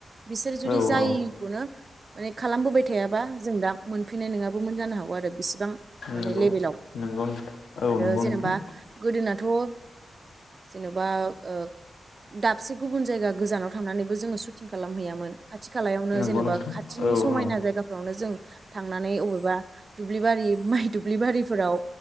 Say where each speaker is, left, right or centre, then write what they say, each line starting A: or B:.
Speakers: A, on the right; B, on the left.
A: बिसोर जुदि
B: औ
A: जायिखौनो
B: औ
A: माने खालामबोबाय थायाबा जों दा मोनफैनाय नङाबो मोन जानो हागौ आरो बिसिबां माने
B: नंगौ
A: लेबेलाव
B: नंगौ औ
A: आरो
B: नंगौ
A: जेनेबा
B: नोंथां
A: गोदोनाथ'। ओ जेन'बा ओ। दाबसे गुबुन जायगा गोजानाव थांनानैबो जोङो सुटिं खालामहैयामोन। खाथि खालायावनो
B: नंगौ
A: जेनेबा
B: नोंथां
A: खाथिनि
B: औ
A: समायना
B: औ
A: जायगाफ्रावनो जों। थांनानै अबेबा दुब्लिबारि माइ दुब्लिबारिफोराव।